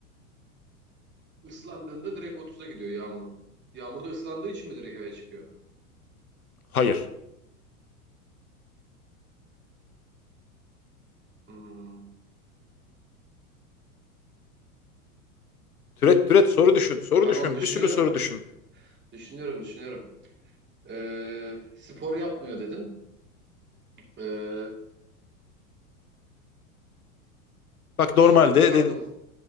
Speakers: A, on the right; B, on the left.
A: Islandığında direkt otuza gidiyor yağmur. Yağmurda ıslandığı için mi direkt eve çıkıyor?
B: Hayır.
A: Hmm,
B: Türet türet soru düşün, soru
A: Tamam
B: düşün,
A: düşünüyorum.
B: bir sürü soru düşün.
A: Düşünüyorum düşünüyorum. Ee, spor yapmıyor dedin. Ee,
B: Bak
A: hiç
B: normalde
A: tıkandım.
B: de-